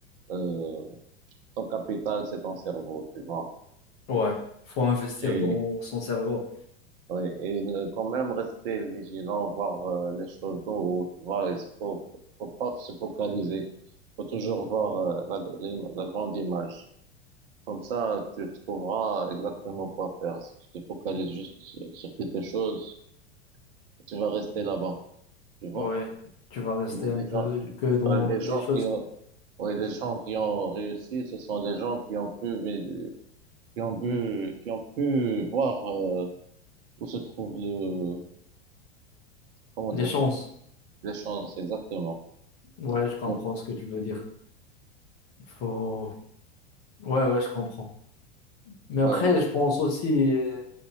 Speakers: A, on the right; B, on the left.
A: euh, ton capital, c'est ton cerveau, tu vois.
B: ouais, faut investir
A: Et,
B: dans son cerveau.
A: oui, et euh, quand même rester vigilant, voir euh, les choses d'en haut, tu vois. Il faut, faut pas se focaliser. Faut toujours voir euh, la, la grande image. Comme ça, tu trouveras exactement quoi faire. Si tu te focalises juste sur sur quelque chose, tu vas rester là-bas, tu vois.
B: Ouais, tu vas rester
A: Mais
B: un
A: les
B: peu
A: gens,
B: que dans
A: euh, les gens
B: les choses,
A: qui ont, ouais, les gens qui ont réussi, ce sont des gens qui ont pu, vi- qui ont pu, qui ont pu voir euh, où se trouve le, comment
B: les
A: dire,
B: chances.
A: les chances exactement.
B: Ouais, je comprends
A: Donc,
B: ce que tu veux dire. Faut, ouais, ouais, je comprends. Mais après,
A: euh,
B: je pense aussi, euh,